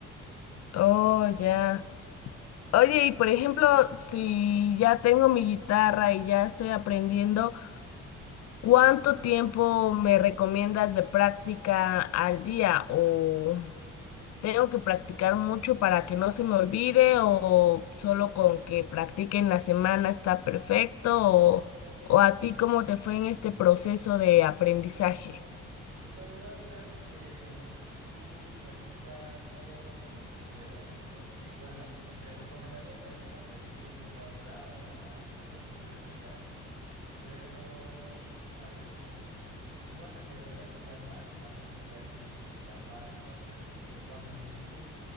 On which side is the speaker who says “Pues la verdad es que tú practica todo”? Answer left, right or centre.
Right